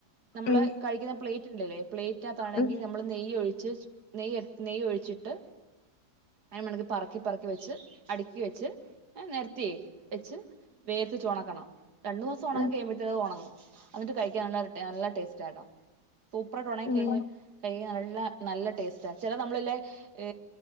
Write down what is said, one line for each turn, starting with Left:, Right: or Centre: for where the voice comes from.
Right: നമ്മള്
Left: ഉം
Right: കഴിക്ക്ണ പ്ലേറ്റ്ണ്ടലെ പ്ലേറ്റിനകത്താണെങ്കി
Left: ഉം
Right: നമ്മള് നെയ്യ് ഒഴിച്ച് നെയ നെയ്യ് ഒഴിച്ചിട്ട് അതിന് മെണങ്കി പറക്കി പറക്കി വെച്ച് അടുക്കി വെച്ച് നിരത്തിയേ വെച്ച് വേയ്ത്ത്ട്ട് ഒണക്കണം രണ്ട് ദിവസാണങ്ങികയ്മ്പേത്തിനത്
Left: ഉം
Right: ഒണങ്ങും അന്നിട്ട് കഴിക്കാൻള്ള നല്ല ടേസ്റ്റ് ആട്ടോ സൂപ്പർഡ്രോണായി
Left: ഉം
Right: കയ്ഞ്ഞ് ഏയ്യ് അള്ള നല്ല ടേസ്റ്റാ ചെല നമ്മള്ല്ലേ ഏ